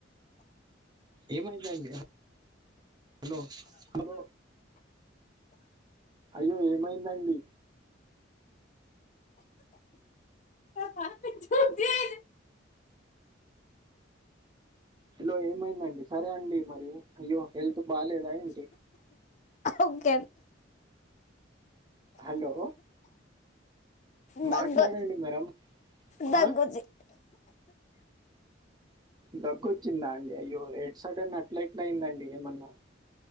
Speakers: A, on the right; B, on the left.
A: ఏమైది అండి హలో హలో అయ్యో ఏమైందండి
B: చ
A: హలో ఏమైందండి సరే అండి మరి అయ్యో హెల్త్ బాలేదా ఏంటి
B: క
A: హలో
B: దగు
A: మాట్లాడండి మేడం
B: వచ్చింది
A: ఆ దగ్గొచ్చిందా అండి అయ్యో ఎడ్ సైడ్ అని అట్లా ఎట్లా అయిందండి ఏమన్నా